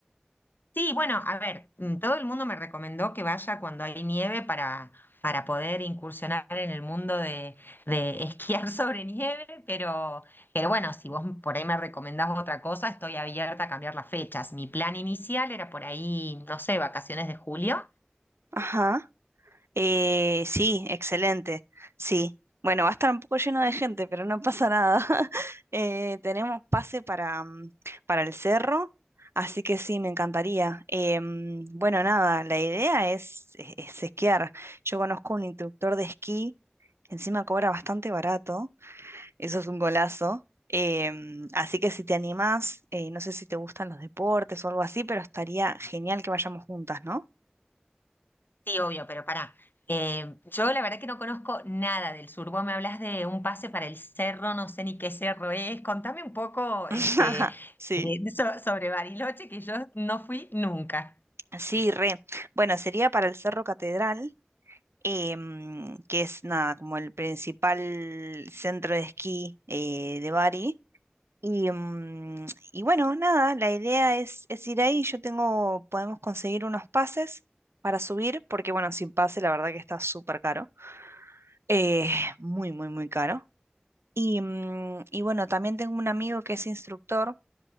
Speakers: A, on the left; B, on the right.
A: Sí, bueno, a ver, mm, todo el mundo me recomendó que vaya cuando hay nieve para, para poder incursionar en el mundo de, de esquiar <laughs> sobre nieve, pero, pero bueno, si vos por ahí me recomendás otra cosa, estoy abierta a cambiar las fechas. Mi plan inicial era por ahí, no sé, vacaciones de julio.
B: Ajá. Eh, sí, excelente. Sí. Bueno, va a estar un poco lleno de gente, pero no pasa nada. <laughs> Eh, tenemos pase para, mm, para el cerro, así que sí, me encantaría. Em, bueno, nada, la idea es es- es esquiar. Yo conozco un instructor de esquí que encima cobra bastante barato. Eso es un golazo. Em, así que si te animás, eh, no sé si te gustan los deportes o algo así, pero estaría genial que vayamos juntas, ¿no?
A: Sí, obvio, pero pará. Eh, yo la verdad que no conozco nada del sur. Vos me hablas de un pase para el cerro, no sé ni qué cerro es. Contame un poco,
B: <laughs>
A: este, eh,
B: Sí.
A: so- sobre Bariloche, que yo no fui nunca.
B: Sí, re. Bueno, sería para el Cerro Catedral, em, que es nada, como el principal centro de esquí eh, de Bari. Y, mm, y bueno, nada, la idea es, es ir ahí. Yo tengo, podemos conseguir unos pases para subir, porque bueno, sin pase la verdad que está súper caro. Eh, muy, muy, muy caro. Y, mm, y bueno, también tengo un amigo que es instructor